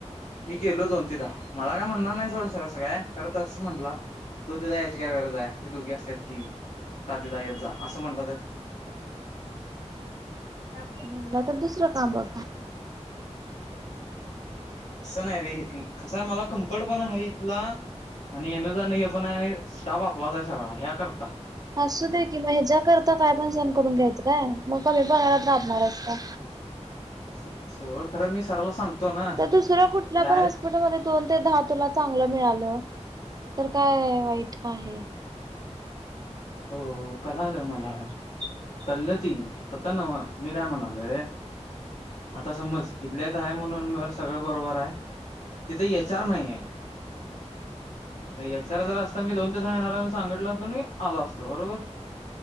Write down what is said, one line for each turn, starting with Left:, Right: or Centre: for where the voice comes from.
Left: मी गेलो दोन ते दाहा, मला काय म्हणला नाही, सोड सं असं काय, खरं तसं म्हन्ला. दोघी जायची काय गरज आय, ते दोघे असत्यात की, साथी जा येत जा, असं म्हणतात काकी
Right: म्हणलं, तर दुसरं काम बघ.
Left: असं नाही रे, <unintelligible> मला कम्फर्ट, पण हाय इथला. आणि येन जाण हे पण हाय, स्टाफ आपलाच ये सगळा, ह्या करता
Right: असूदे की, मग ह्याच्याकरता, काय पण सहण करून घ्यायंचं काय? मग कमी <unintelligible> लाभणारस का?
Left: असं <unintelligible> मी सराला सांगतो. ना
Right: त दुसऱ्या कुठल्या
Left: डायरेक्ट
Right: पण, हॉस्पिटलमध्ये दोन ते, दहा तुला चांगलं मिळालं, तर काय वाईट आहे.
Left: हो, कलालं मला, कल्ल ते. त्यांना म्हना, मी काय म्हणालो, आता समज, इथल्या तर हाय म्हणून, मला सगळं बरोबर हाय, तिथे एच आर नाही ये. एच आर जर असता, मी दोन ते दहा येणार, मी सांगितल असतो आणि आला असतो, बरोबर?